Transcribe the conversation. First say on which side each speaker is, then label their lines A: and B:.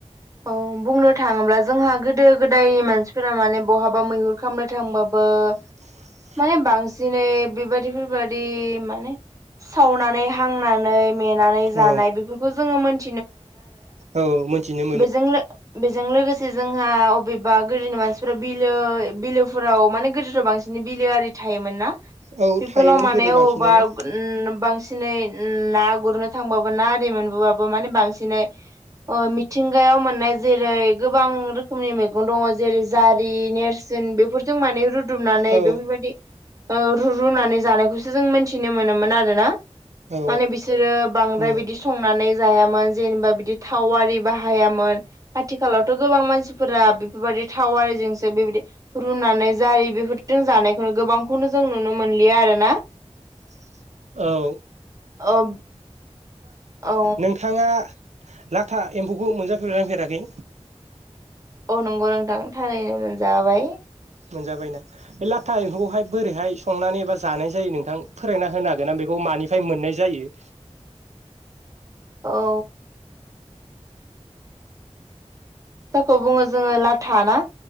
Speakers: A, on the right; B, on the right.
A: औ बुंनो थाङोब्ला जोंहा गोदो गोदायनि मानसिफोरा माने बहाबा मैहुर खालामनो थांबाबो ओ।
B: <unintelligible>
A: माने बांसिनै बेबायदि बेफोरबायादि माने सावनानै हांनानै मेनानै जानाय
B: औ
A: बेफोरखौ जोङो मोन
B: औ मिनथिनो
A: बेजों लो बेजों लोगोसे से जोंहा अबेबा गोदोनि मानसिफोरा बिलो बिलोफोराव माने गोदोाव बांसिन बिलोआरि थायोमोनना
B: औ
A: बेफोलाव
B: थायोमोन
A: माने
B: गोदो बांसिनानो
A: अबावबा उम <unintelligible> बांसिनै ना गुरनो थांबाबो ना आरि मोनबोबाबो माने बांसिनै ओ मिथिंगायाव मोननाय जेरै गोबां रोखोमनि मैगं दङ जेरै जारि नेरसोन बेफोर जों माने रुद फुदुमनानै
B: औ
A: बेफोरबायदि ओ रुरुनानै जानायखौसो जों मिथिनो मोनोमोन आरो ना?
B: औ
A: माने बिसोरो बांद्राय
B: औ
A: बिदि संनानै जायामोन जेनेबा बिदि थाव बाहायामोन‌ आथिखालाव थ' गोबां मानसिफोरा बेफोरबायदि थावारिजोंसो बेबायदि रुनानै जारि बेफोरजों जानायखौ नो गोबांखौनो जों नुनो मोनलिया आरो ना?
B: <inaudible> औ <unintelligible>
A: औ औ
B: नोंथाङा लाथा एम्फौखौ मोनजाफेरबायना फेराखै?
A: औ नंगौ नोंथां थारैनो मोनजाबाय।
B: मोनजाबायना बे लाथा एम्फौखौहाय बोरैहाय संनानै एबा जानाय जायो नोंथां फोरमायना होनो हागोन ना बेखौ मानिफाय मोननाय जायो?
A: औ। सोरखौ बुङो जोङो लाथा ना?